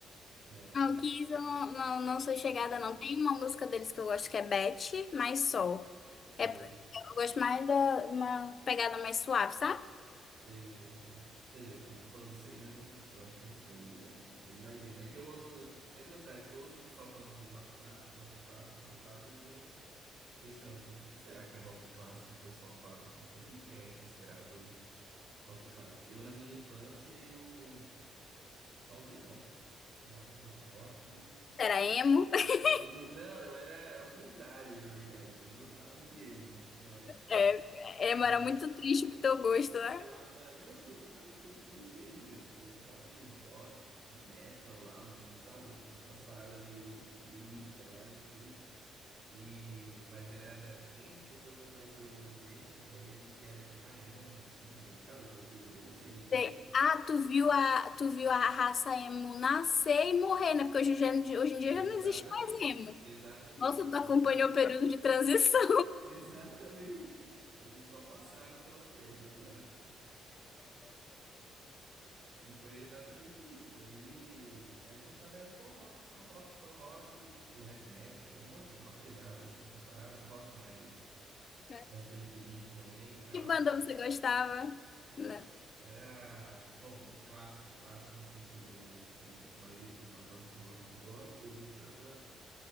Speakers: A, on the right; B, on the left.
A: Não,
B: Ah,
A: é.
B: o Kiss eu não, não, não sou chegada,
A: é,
B: não. Tem uma música deles que eu gosto que é Beth, mas Sol.
A: Sei,
B: É, eu gosto mais da uma pegada mais suave, sabe?
A: sei, sei, sei. Quer dizer, eu tô falando sei, mas eu, não- eu acho que eu não sei, na verdade. Eu imagino. É que eu ouço. Tem curiosidade, porque eu ouço o pessoal falando de rock clássico, rock clássico, rock clássico. Às vezes eu me questiono, tipo assim, o que que será que é rock clássico? O pessoal fala assim, tipo, o que que é considerado rock clássico? Eu, na minha infância, eu só ouvia rock. Rock, rock, rock.
B: Era emo. <laughs>
A: Tudo- Não, eu era é o contrário, na verdade. Eu não gostava de emo na época.
B: É, emo
A: Era,
B: era muito triste pro teu gosto,
A: eu
B: né?
A: falava, não, e eu gostava de coisa triste ainda, tipo, eu gostava de uns gothic e metal lá, um sabe, um umas paradas meio lírica lá, enfim. E, mas era da- bem depois apareceu os emos, aí a gente era tipo assim, ah, emo é modinha, sabe aquelas coisas de adolescente
B: Tem-
A: assim?
B: Ah, tu viu a, tu viu a raça emo nascer e morrer, né? Porque hoje, em dia- hoje em dia
A: Exatamente,
B: já não existe mais emo.
A: exatamente.
B: Nossa, tu
A: Eles
B: acompanhou
A: nasceram.
B: o período
A: <laughs>
B: de transição.
A: Exatamente. Eles só passaram pela terra, só. E foi exatamente isso. Daí, aí gostava era só rock, só rock, só rock, e, tipo heavy metal, um monte de rock pesado assim, essas paradas, o rock mais
B: <laughs>
A: mais tranquilinho também e tal.
B: Que banda você gostava?
A: Nossa,
B: Né?
A: era bom, de clássico, clássico no sentido que a maioria do pessoal gosta de rock, e gosta, eu gostava